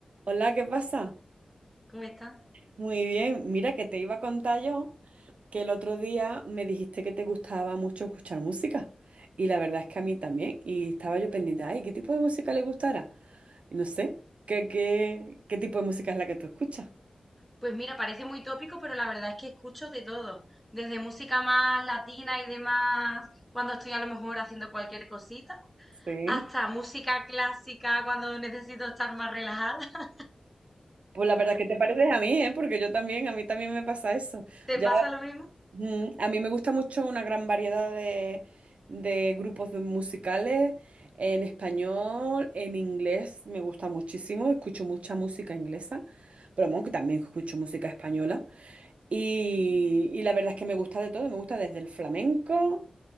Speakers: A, on the right (about 70°); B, in the centre.
A: Hola, ¿qué pasa?
B: ¿Cómo estás?
A: Muy bien, mira que te iba a contar yo que el otro día me dijiste que te gustaba mucho escuchar música y la verdad es que a mí también y estaba yo pendiente, ay, ¿qué tipo de música le gustara? Y no sé, ¿qué, qué, qué tipo de música es la que tú escuchas?
B: Pues mira, parece muy tópico, pero la verdad es que escucho de todo, desde música más latina y demás, cuando estoy a lo mejor haciendo cualquier cosita,
A: Sí.
B: hasta música clásica cuando necesito estar más relajada. <laughs>
A: Pues la verdad es que te pareces a mí, ¿eh? Porque yo también, a mí también me pasa eso.
B: ¿Te
A: Ya
B: pasa lo mismo?
A: Ujú. A mí me gusta mucho una gran variedad de, de grupos de musicales en español, en inglés, me gusta muchísimo, escucho mucha música inglesa, pero bueno, que también escucho música española. Y, y la verdad es que me gusta de todo, me gusta desde el flamenco